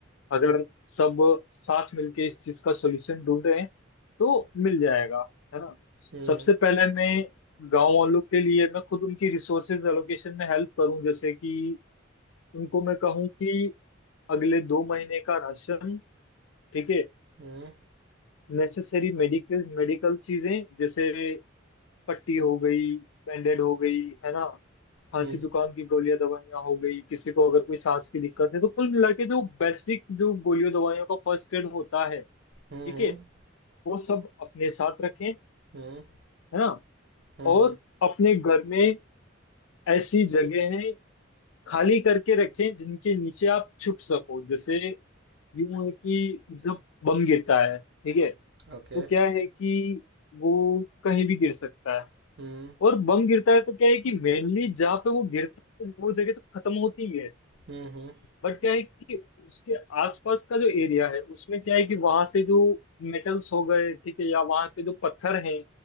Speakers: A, on the left (about 85°); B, on the right (about 60°).
A: अगर सब साथ मिलके इस चीज का सॉल्यूशन ढूंढे तो मिल जाएगा है ना
B: हम्म
A: सबसे पहले मैं गांव वालों के लिए मैं खुद उनकी रिसोर्सेज एलोकेशन में हेल्प करूं जैसे कि उनको मैं कहूं कि अगले दो महीने का राशन ठीक है
B: हम्म
A: नेसेसरी मेडिकल मेडिकल चीजें जैसे पट्टी हो गई बैंडेड हो गई है ना खांसी
B: हम्म
A: जुकाम की गोलियां दवाइयां हो गई किसी को अगर कोई सांस की दिक्कत है तो कुल मिला के जो बेसिक जो गोलियों दवाइयों का फर्स्ट एड होता है ठीक
B: हम्म
A: है वो सब अपने साथ रखें है
B: हम्म
A: ना
B: हम्म
A: और अपने घर में ऐसी जगह है खाली करके रखें जिनके नीचे आप छुप सको जैसे यूं है कि जब बम गिरता है ठीक है
B: ओके
A: तो क्या है कि वो कहीं भी गिर सकता है
B: हम्म
A: और बम गिरता है तो क्या है कि मेनली जहाँ पे वो गिरता है वो जगह तो खत्म होती है
B: हम्म
A: बट क्या है कि उसके आसपास का जो एरिया है उसमें क्या है कि वहां से जो मेटल्स हो गए ठीक है या वहां पे जो पत्थर हैं